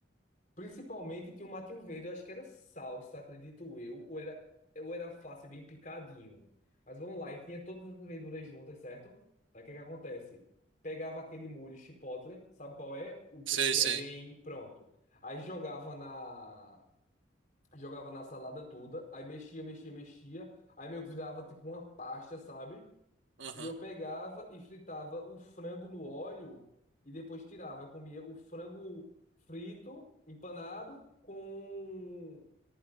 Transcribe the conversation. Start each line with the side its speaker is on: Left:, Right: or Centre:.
Left: principalmente tinha um matinho verde, eu acho que era salsa, acredito eu, ou era ou era alface bem picadinho. Mas vamos lá, e tinha todas as verduras juntas, certo? Aí o que que acontece? Pegava aquele molho chipotle, sabe qual é? O b-
Right: Sei,
Left: que
Right: sei.
Left: é bem pronto. Aí jogava na jogava na salada toda, aí mexia, mexia, mexia, aí meio que virava tipo uma pasta, sabe?
Right: Aham.
Left: E eu pegava e fritava o frango no óleo e depois tirava. Eu comia o frango frito, empanado, com,